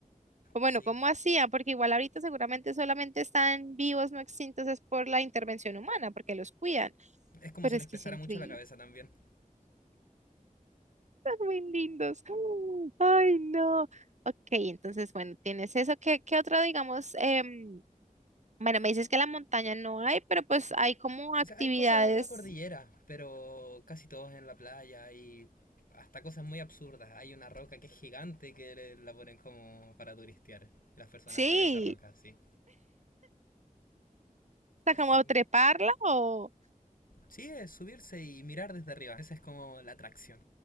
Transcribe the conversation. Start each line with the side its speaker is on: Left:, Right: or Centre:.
Right: O Bueno,
Left: Sí.
Right: ¿cómo hacían? Porque igual ahorita seguramente solamente están vivos, no extintos, es por la intervención humana, porque los cuidan,
Left: Es como
Right: pero
Left: si les
Right: es que
Left: pesara
Right: es increíble,
Left: mucho la cabeza también.
Right: son muy lindos. <gasps> Ay, no. Ok, entonces, bueno, tienes eso, ¿qué, qué otro, digamos, em, bueno, me dices que la montaña no hay, pero pues hay como actividades
Left: O sea, hay cosas en la cordillera, pero casi todos en la playa y hasta cosas muy absurdas. Hay una roca que es gigante que le- la ponen como para turistear. Y las personas
Right: Sí,
Left: van a esa roca, sí.
Right: o sea, como
Left: Sí.
Right: treparla o...
Left: Sí, es subirse y mirar desde arriba. Esa es como la atracción.